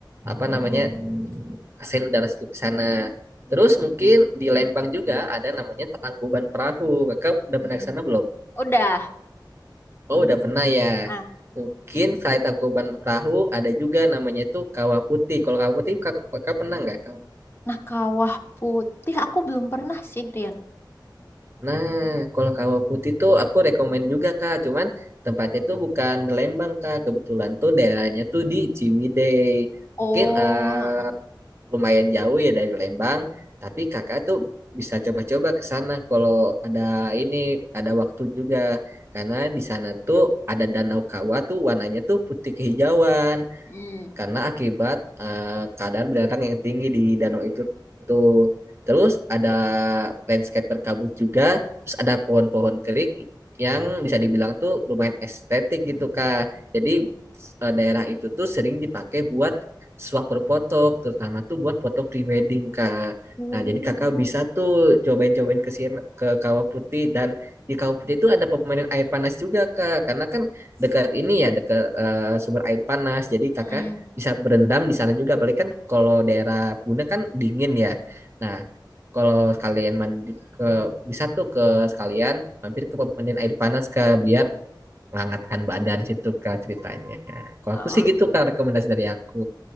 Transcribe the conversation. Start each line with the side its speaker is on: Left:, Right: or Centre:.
Right: apa namanya asin udara sejuk ke sana. Terus mungkin di Lembang juga ada namanya Tangkuban Perahu. Kakak udah
Left: hmm.
Right: pernah ke sana belum?
Left: Udah.
Right: Oh, udah pernah ya.
Left: Ah,
Right: Mungkin selain Tangkuban Perahu ada juga namanya tuh Kawah Putih. Kalau Kawah Putih kakak, kakak pernah nggak?
Left: nah Kawah Putih aku belum pernah sih, Rian.
Right: Nah, kalau kawah putih tuh aku rekomen juga Kak, cuman tempatnya tuh bukan di Lembang Kak, kebetulan tuh daerahnya tuh di Ciwidey.
Left: Oh,
Right: Mungkin eh, lumayan jauh ya dari Lembang, tapi Kakak tuh bisa coba-coba ke sana kalau ada ini ada waktu juga. Karena di sana tuh ada danau kawah tuh warnanya tuh putih kehijauan
Left: hmm.
Right: karena akibat eh, kadar belerang yang tinggi di danau itu tuh. Terus ada landscape berkabut juga, terus ada pohon-pohon kering yang bisa dibilang tuh lumayan estetik gitu Kak. Jadi eh, daerah itu tuh sering dipakai buat swap berfoto, terutama tuh buat foto prewedding Kak.
Left: Oh.
Right: Nah, jadi Kakak bisa tuh cobain-cobain ke sini ke Kawah Putih dan di Kawah Putih itu ada permainan air panas juga Kak. Karena kan dekat ini ya dekat eh, sumber air panas. Jadi Kakak
Left: Mm,
Right: bisa berendam di sana juga. Apalagi kan kalau daerah Puna kan dingin ya. Nah, kalau kalian mandi ke bisa tuh ke sekalian mampir ke pemandian air panas ke biar menghangatkan badan situ kak ceritanya. Kalau
Left: mm.
Right: aku sih gitu kak rekomendasi dari aku.